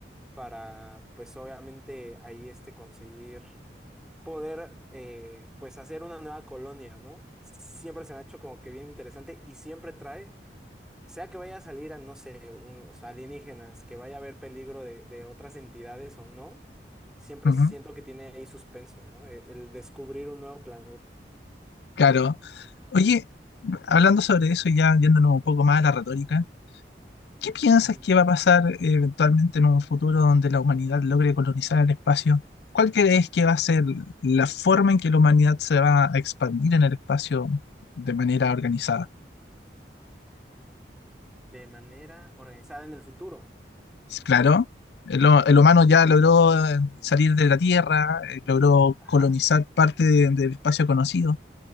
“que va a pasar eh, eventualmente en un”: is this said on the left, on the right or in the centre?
Left